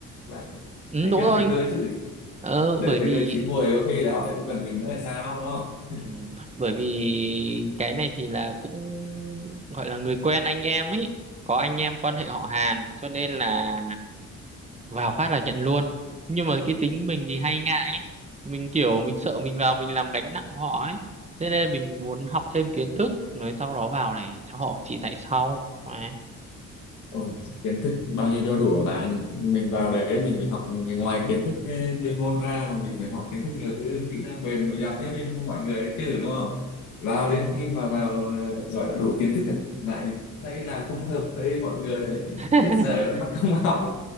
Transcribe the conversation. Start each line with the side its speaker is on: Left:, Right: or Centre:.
Left: bạn
Right: ừ,
Left: phải
Right: đúng
Left: biết
Right: rồi
Left: thời cơ chứ
Right: ờ,
Left: để
Right: bởi
Left: thời
Right: vì
Left: cơ chín muồi có khi là họ lại không cần mình nữa là sao đúng không
Right: ừ, bởi vì cái này thì là cũng gọi là người quen anh em ấy có anh em quan hệ họ hàng cho nên là vào phát là nhận luôn nhưng mà cái tính mình thì hay ngại ấy. mình kiểu mình sợ mình vào mình làm gánh nặng của họ ấy thế nên mình muốn học thêm kiến thức rồi sau đó vào để cho họ chỉ dạy sau Đấy.
Left: Ôi, kiến thức bao nhiêu cho đủ hả bạn mình vào đấy mình phải học ngoài kiến thức ờ, chuyên môn ra còn mình phải học kiến thức nhiều thứ kỹ năng mềm rồi giao tiếp với mọi người đấy chứ đúng không vào đến khi mà vào ờ, gọi là đủ kiến thức rồi lại thấy là không hợp với mọi người lại
Right: <laughs>
Left: hết giờ mất công <laughs> học